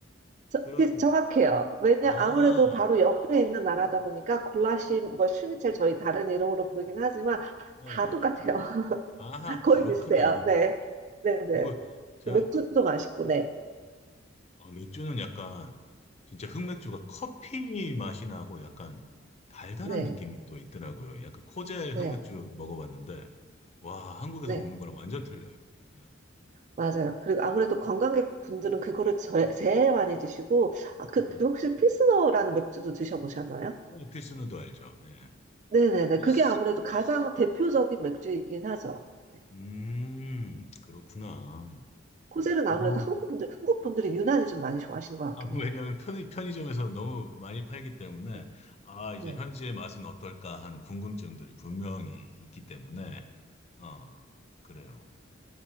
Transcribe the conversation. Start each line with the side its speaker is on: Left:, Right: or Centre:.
Right: 저-
Left: 그런
Right: 비- 정확해요. 왜냐
Left: 아,
Right: 아무래도 바로 옆에 있는 나라다 보니까 굴라시 뭐 슈니첼 저희 다른 이름으로 부르긴 하지만
Left: 네.
Right: 다 똑같아요. <laughs>
Left: 아,
Right: 거의
Left: 그렇구나.
Right: 비슷해요. 네, 네, 네.
Left: 그리고 제가
Right: 맥주도 맛있고 네,
Left: 어, 맥주는 약간 진짜 흑맥주가 커피 맛이 나고 약간 달달한
Right: 네,
Left: 느낌이 또 있더라고요. 약간 코젤
Right: 네,
Left: 흑맥주 먹어봤는데 와, 한국에서
Right: 네.
Left: 먹는 거랑 완전 틀려요. 예.
Right: 맞아요. 그리고 아무래도 관광객분들은 그거를 저- 제일 많이 드시고 아, 그,
Left: 음,
Right: 그 혹시 필스너라는 맥주도 드셔보셨나요?
Left: 네, 필스누도 알죠? 예.
Right: 네네네.
Left: 필스.
Right: 그게 아무래도 가장 대표적인 맥주이긴 하죠. 네.
Left: 음, 그렇구나.
Right: 코젤은
Left: 주로,
Right: 아무래도 한국 분들, 한국 분들이 유난히 좀 많이 좋아하시는 것 같긴
Left: 아, <laughs>
Right: 해요.
Left: 왜냐면 편의, 편의점에서 너무 많이 팔기 때문에,
Right: 네,
Left: 아, 이제
Right: 네,
Left: 현지의 맛은 어떨까 하는 궁금증들이 분명히 있기 때문에, 어, 그래요.